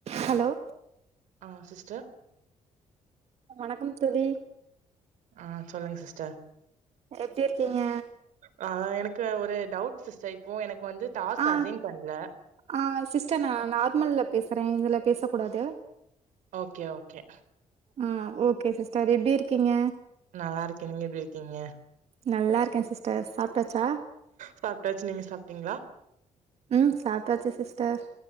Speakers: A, on the right; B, on the right.
A: Hello
B: ஆ sister
A: வணக்கம் தோழி
B: ஆ சொல்லுங்க சிஸ்டர்
A: எப்டி இருக்கீங்க
B: ஆ அதான் எனக்கு ஒரு டவுட் சிஸ்டர் இப்ப எனக்கு வந்து டாஸ்க்
A: ஆ
B: அசைன் பண்ணல
A: ஆ சிஸ்டர் நா நார்மல்ல பேசுற இதுல பேசக்கூடாது
B: ஓகே ஓகே
A: ஆ ஓகே சிஸ்டர் எப்டி இருக்கீங்க
B: நல்லா இருக்கேன் நீங்க எப்படி இருக்கீங்க
A: நல்லா இருக்கேன் சிஸ்டர் சாப்ட்டாச்சா
B: சாப்ட்டாச்சு நீங்க சாப்ட்டீங்ளா
A: ம் சாப்ட்டாச்சி சிஸ்டர்